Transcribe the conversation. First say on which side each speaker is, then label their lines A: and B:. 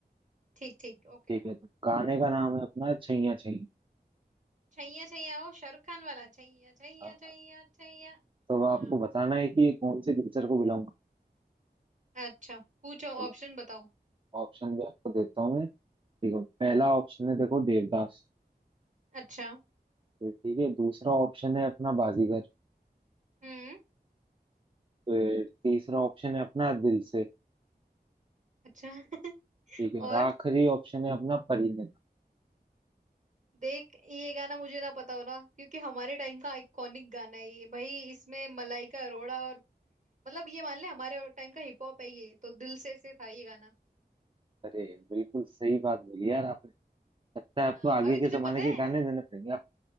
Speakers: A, on the right; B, on the right.
A: ठीक ठीक ओके
B: ठीक है तो गाने का नाम है अपना छैया छैया
A: छैया छैया ओ शाहरुख खान वाला छैया छैया
B: हाँ, हाँ।
A: छैया छैया
B: तो अब आपको
A: हाँ
B: बताना है कि ये कौन से पिक्चर को बिलोंग
A: अच्छा पूछो
B: करता
A: ऑप्शन
B: है
A: बताओ
B: ऑप्शन भी आपको देता हूँ मैं ठीक है पहला ऑप्शन है देखो देवदास
A: अच्छा
B: फिर ठीक है दूसरा ऑप्शन है अपना बाजीगर
A: हम्म
B: फिर तीसरा ऑप्शन है अपना दिल से
A: अच्छा <laughs>
B: ठीक है और
A: और
B: आखिरी ऑप्शन है अपना परिणीता
A: देख ये गाना मुझे ना पता हो ना क्योंकि हमारे टाइम का आइकॉनिक गाना है ये भाई इसमें मलाइका अरोड़ा और मतलब ये मान ले हमारे टाइम का हिप हॉप है ये तो दिल से से था ये गाना
B: अरे बिल्कुल सही बात बोली यार आपने लगता है आपको
A: हाँ
B: आगे
A: अभी
B: के
A: तुझे
B: जमाने
A: पता
B: के
A: है
B: गाने देने पड़ेंगे आप